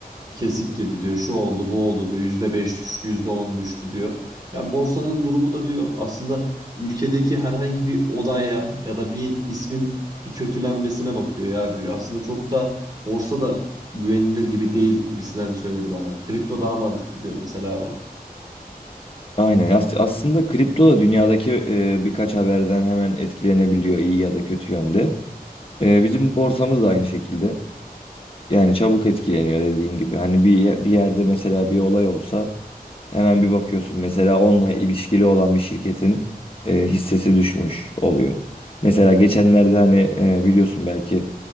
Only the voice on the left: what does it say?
Aynen. As- aslında kripto da dünyadaki e, birkaç haberden hemen etkilenebiliyor iyi ya da kötü yönde. E, bizim borsamız da aynı şekilde. Yani çabuk etkileniyor dediğin gibi. Hani bir ye- bir yerde mesela bir olay olsa hemen bir bakıyorsun. Mesela onunla ilişkili olan bir şirketin e, hissesi düşmüş oluyor. Mesela geçenlerde hani e, biliyorsun belki